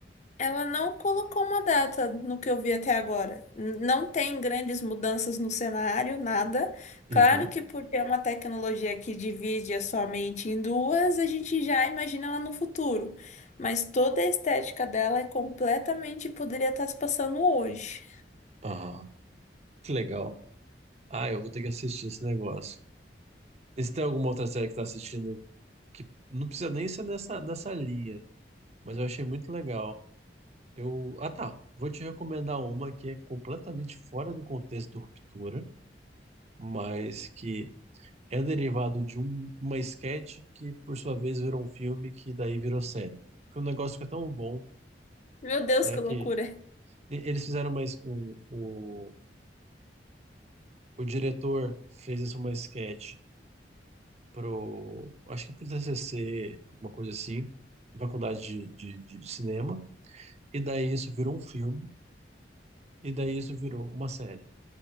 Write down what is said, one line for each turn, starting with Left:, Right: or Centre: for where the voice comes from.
Left: Ela não colocou uma data no que eu vi até agora. N- Não tem grandes mudanças no cenário, nada. Claro
Right: Uhum.
Left: que por ter uma tecnologia que divide a sua mente em duas, a gente já imagina ela no futuro. Mas toda a estética dela é completamente poderia estar se passando hoje.
Right: Ah, que legal. Ah, eu vou ter que assistir esse negócio. E se tem alguma outra série que tá assistindo que não precisa nem ser nessa, nessa linha, mas eu achei muito legal. Eu, ah, tá. Vou te recomendar uma que é completamente fora do contexto do Ruptura, mas que é derivado de um- uma sketch que, por sua vez, virou um filme que daí virou série. Porque o negócio fica tão bom,
Left: Meu Deus,
Right: né,
Left: que
Right: que
Left: loucura!
Right: e- eles fizeram mais um, o, o diretor fez essa uma sketch pro, acho que pro TCC, alguma coisa assim, faculdade de, de, de, de cinema, e daí isso virou um filme, e daí isso virou uma série,